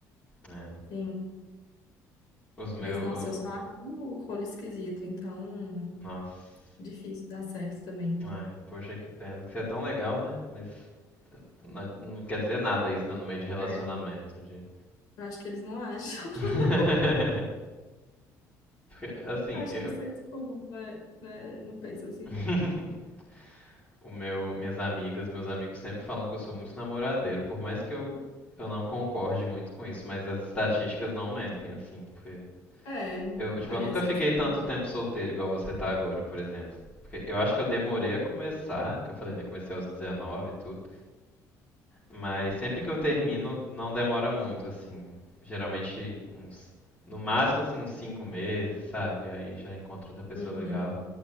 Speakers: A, on the left; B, on the left.
A: É.
B: Sim.
A: Os meus.
B: Mas, nossa, eu só arrumo rolo esquisito, então
A: Nossa.
B: difícil dar certo também.
A: Ai, poxa, que pena. Que você é tão legal, né? Mas Não, não quer dizer nada isso, né? No meio de relacionamento.
B: É, eu
A: De...
B: acho que eles não acham. <laughs>
A: <laughs> Porque, assim,
B: Acho
A: eu.
B: que o senso comum não, é- não é- não pensa assim,
A: <laughs>
B: não.
A: o meu, minhas amigas, meus amigos sempre falam que eu sou muito namoradeiro, por mais que eu, eu não concorde muito com isso, mas as estatísticas não mentem, assim, porque
B: É,
A: eu, tipo,
B: parece
A: eu nunca fiquei
B: que sim.
A: tanto tempo solteiro igual você tá agora, por exemplo. Porque eu acho que eu demorei a começar, que eu falei, né, comecei aos 19 e tudo. Mas sempre que eu termino, não demora muito, assim. Geralmente uns, no máximo assim uns cinco meses, sabe? E aí já encontro outra pessoa
B: Uhum,
A: legal.